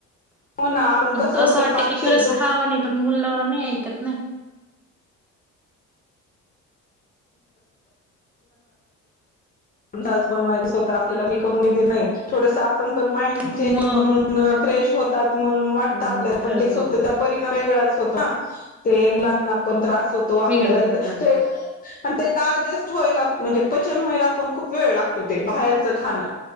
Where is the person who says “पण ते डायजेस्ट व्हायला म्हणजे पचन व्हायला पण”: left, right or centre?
Left